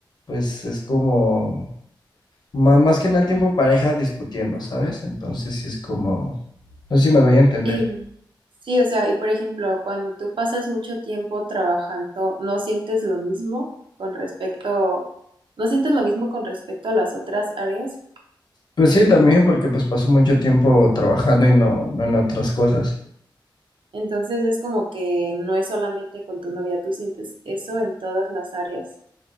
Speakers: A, on the left (about 55°); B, on the right (about 80°).
A: pues es como, más, más que nada el tiempo en pareja discutiendo, ¿sabes? Entonces sí es como, no sé si me doy a entender.
B: Y sí, o sea, y por ejemplo, cuando tú pasas mucho tiempo trabajando, ¿no sientes lo mismo con respecto, no sientes lo mismo con respecto a las otras áreas?
A: Pues sí, también porque pues paso mucho tiempo trabajando y no, no en otras cosas.
B: Entonces es como que no es solamente con tu novia, tú sientes eso en todas las áreas.